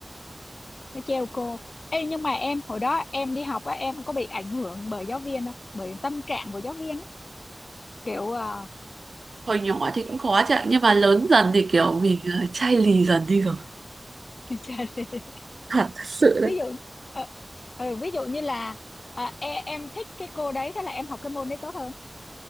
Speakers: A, on the left; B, on the right.
A: nó trêu cô Ê, nhưng mà em hồi đó em đi học á em có bị ảnh hưởng bởi giáo viên không bởi tâm trạng của giáo viên ấy kiểu ờ,
B: hồi nhỏ thì cũng khó chứ ạ, nhưng mà lớn dần thì kiểu mình
A: ừ,
B: ờ, chai lì dần đi rồi
A: <laughs> như lê.
B: thật thật sự đấy
A: ví dụ ờ, ờ, ví dụ như là à, em, em thích cái cô đấy thế là em học cái môn đấy tốt hơn